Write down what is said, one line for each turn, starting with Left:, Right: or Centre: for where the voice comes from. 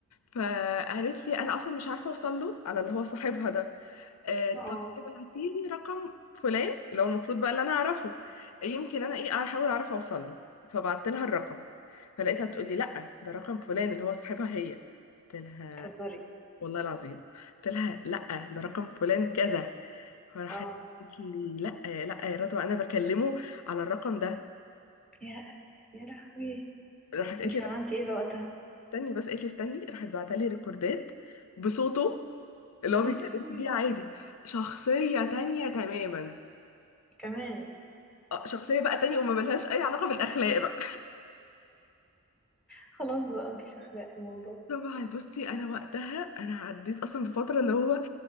Left: فقالت لي انا اصلا مش عارفه اوصل له على اللي هو صاحبها ده آه طب
Centre: اه
Left: ابعتي لي رقم فلان اللي هو المفروض بقى اللي انا اعرفه يمكن انا ايه احاول اعرف اوصل له فبعت لها الرقم فلقيتها بتقول لي لا ده رقم فلان اللي هو صاحبها هي قلت لها
Centre: بتهزري
Left: والله العظيم قلت لها لا ده رقم فلان كذا فراحت
Centre: اه
Left: قالت لي لا لا يا رضوى انا بكلمه على الرقم ده
Centre: يا يا لهوي
Left: راحت قالت
Centre: انت
Left: لي "لا،
Centre: عملتي ايه بقى وقتها
Left: استني بس قالت لي استني راحت بعتلي لي ريكوردات بصوته اللي هو
Centre: يا
Left: بيتكلم
Centre: لهوي
Left: بيه عادي شخصية تانية تماما
Centre: كمان
Left: آه، شخصية بقى تانية وما ملهاش أي علاقة بالأخلاق بقى
Centre: خلاص بقى مفيش اخلاق في الموضوع
Left: <laughs> طبعا بصي أنا وقتها أنا عديت أصلا بفترة اللي هو